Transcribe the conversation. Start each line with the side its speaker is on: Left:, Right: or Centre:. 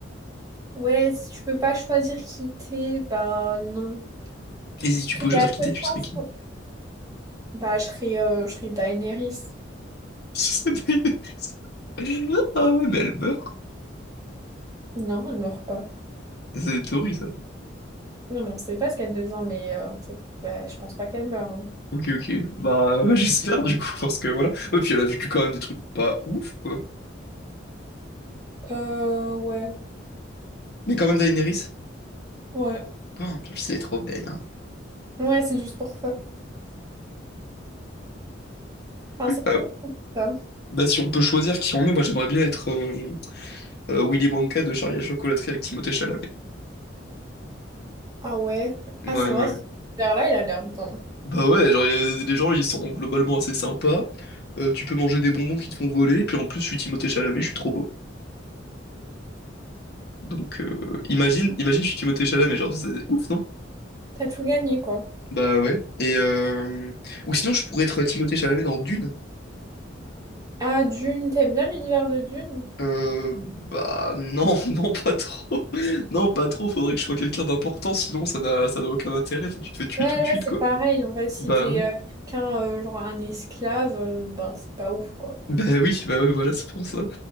Right: Ouais, si tu peux pas choisir qui t'es, bah non.
Left: Et si
Right: Parce
Left: tu
Right: qu'il
Left: pouvais
Right: y
Left: choisir
Right: a peu
Left: qui t'es,
Right: de chances
Left: tu serais qui?
Right: qu'on- Bah, je serais, euh, je serais Daenerys.
Left: <laughs> Ah ouais, mais elle meurt.
Right: Non, elle meurt pas.
Left: C'est une théorie, ça.
Right: Non, mais on sait pas ce qu'elle devient, mais euh, c'est- bah, je pense pas qu'elle meurt. hein.
Left: Ok, ok. Bah, <laughs> j'espère du coup, parce que voilà. Ouais, puis elle a vécu quand même des trucs pas ouf, quoi.
Right: Euh, ouais.
Left: Mais quand même, Daenerys.
Right: Ouais.
Left: Oh, putain, elle est trop belle. hein.
Right: Ouais, c'est juste pour ça. Enfin, c'est
Left: Euh,
Right: pour ça.
Left: bah, si on peut choisir qui on est, moi j'aimerais bien être euh, euh, Willy Wonka de Charlie et la chocolaterie avec Timothée Chalamet.
Right: Ah ouais.
Left: Ouais,
Right: Ah, c'est vrai,
Left: ouais.
Right: cet univers-là, il a l'air bien.
Left: Bah, ouais, genre, y a- les gens ils sont globalement assez sympas. Euh, tu peux manger des bonbons qui te font voler, puis en plus, je suis Timothée Chalamet, je suis trop beau. Donc, euh, imagine, imagine, je suis Timothée Chalamet, genre, c'est ouf, non?
Right: T'as tout gagné, quoi.
Left: Bah, ouais. Et, euh, Ou sinon, je pourrais être Timothée Chalamet dans Dune.
Right: Ah, Dune, t'aimes bien l'univers de Dune?
Left: Euh, bah non, <laughs> non pas trop. <laughs> Non, pas trop, faudrait que je sois quelqu'un d'important, sinon ça n'a ça n'a aucun intérêt, Enfin, tu te fais tuer
Right: Ouais,
Left: tout de
Right: là,
Left: suite
Right: c'est
Left: quoi.
Right: pareil. En fait, si
Left: Bah
Right: t'es
Left: ouais.
Right: euh, quelqu'un, euh, genre un esclave, euh, ben, c'est pas ouf, quoi.
Left: Bah oui, bah ouais, voilà, c'est pour ça.